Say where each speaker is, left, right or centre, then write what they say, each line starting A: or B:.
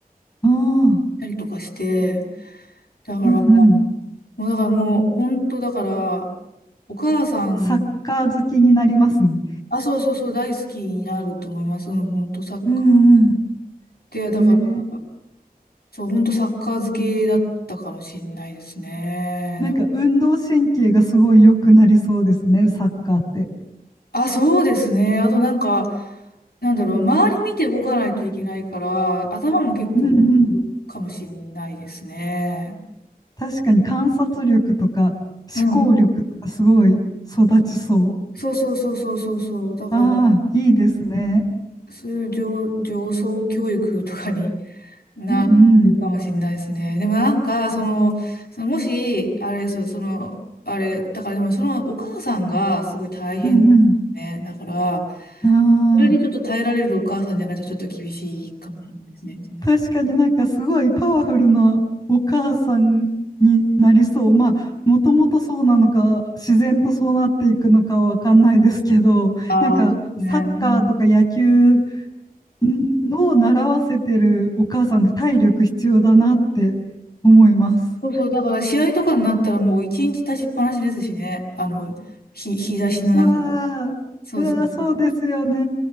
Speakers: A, on the left; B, on the left.
A: うん。ああ、
B: したりとかして、だから、
A: うんうん。
B: もうだからもう本当だから、お母さん、
A: サッカー好きになりますね。
B: あ、そうそうそう、大好きになると思います。うん、本当サッカー。
A: うんうん。
B: で、だから、
A: えー、
B: そう、本当サッカー漬けだったかもしれないですね。
A: なんか運動神経がすごい良くなりそうですね、
B: だ
A: サッカーって。
B: あ、そうですね。あとなんか、なんだろう、周り見て動かないといけないから、頭も結構
A: うんうん。
B: かもしれないですね。
A: 確かに観察力とか思考力とかすごい育ちそう。
B: うん。そうそうそうそうそうそう。だから、
A: ああ、いいですね。
B: そういう上、上層教育とかに <laughs> なるかもしれないですね。
A: うんうん。
B: でもなんか、その、そのもし、あれ、そう、その、あれ、だからでもそのお母さんがすごい大変
A: うん
B: ね。だから、
A: うん。
B: それにちょっと耐えられるお母さんじゃないとちょっと厳しいかもしれないですね。
A: ああ、確かになんかすごいパワフルなお母さんになりそう。まあ、もともとそうなのか、自然とそうなっていくのかわかんないですけど、
B: ああ、
A: なんかサッカーとか野球
B: そうですね。うん
A: んを習わせてるお母さんって体力必要だなって思います。
B: そうそう、だから試合とかになったらもう一日立ちっぱなしですしね。あの、日、日差しの中。
A: うわー、
B: そうそう。
A: うわー、そうですよね。